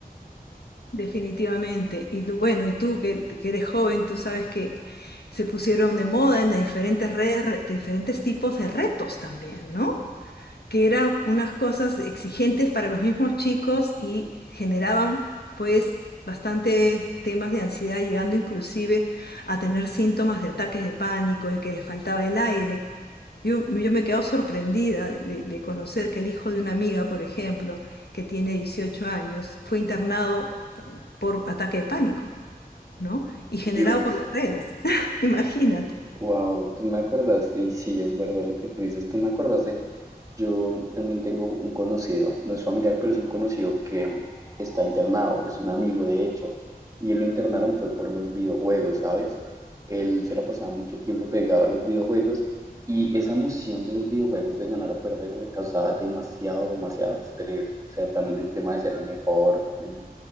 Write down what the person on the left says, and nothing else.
definitivamente. Y tú, bueno, y tú que, que eres joven, tú sabes que se pusieron de moda en las diferentes redes, re- diferentes tipos de retos también, ¿no? que eran unas cosas exigentes para los mismos chicos y generaban pues bastantes temas de ansiedad, llegando inclusive a tener síntomas de ataques de pánico, de que les faltaba el aire. Yo, yo me quedo sorprendida de, de conocer que el hijo de una amiga, por ejemplo, que tiene 18 años, fue internado eh, por ataque de pánico, ¿no? Y generado
por las redes. <laughs> Imagínate.